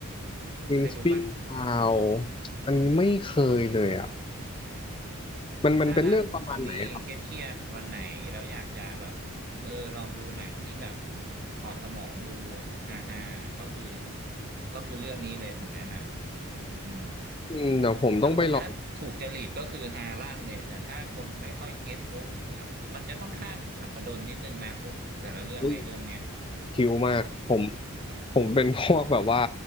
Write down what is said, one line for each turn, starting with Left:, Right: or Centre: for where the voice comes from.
Left: วินสปีกาว
Right: เคยดูปะ
Left: อันนี้ไม่เคยเลยอ่ะมันมันเป็นเรื่องประมาณไหนครับ
Right: ถ้าถ้าคุณซันนี่เครียดเครียดวันไหนแล้วอยากจะแบบเออลองดูหนังที่แบบถอดสมองดูอ่ะฮ่าฮ่าก็คือก็คือเรื่องนี้เลยผมแนะนำอืม
Left: อืมเดี๋ยวผมต้องไปลอง
Right: ถ้าคนถ้าถูกจริตก็คือฮาลั่นเลยแต่ถ้าคนไม่ค่อยเก็ตมุกครับมันจะค่อนข้างสับปะรดนิดนึงนะมุกแต่ละเรื่องในเรื่องเนี้ย
Left: อุ้ยคิวมากผมผมเป็นพวกแบบว่า